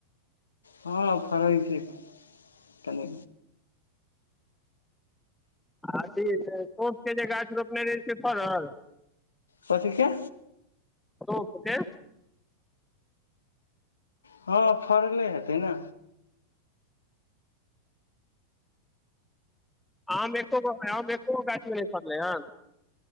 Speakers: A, on the left; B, in the centre.
A: हँ फड़ै छै तनि
B: आथी सोपके जे गाछ रोपने रहै से फड़ल
A: कथीके
B: सोंफ के
A: हँ फड़ले हेतै ने
B: आम एको गो एको गो गाछमे नहि फड़लै ह